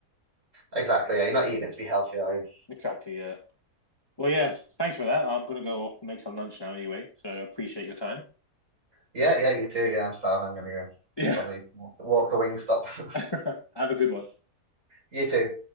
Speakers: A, on the right; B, on the left.
A: exactly. Yeah, you're not eating it to be healthy, are you?
B: Exactly. Yeah. Well, yeah. Thanks for that. I'm gonna go off and make some lunch now anyway. So I appreciate your time.
A: Yeah, yeah, you too. Yeah, I'm starving. I'm gonna go
B: Yeah.
A: probably walk, walk to Wingstop. <laughs>
B: <laughs> Have a good one.
A: You too.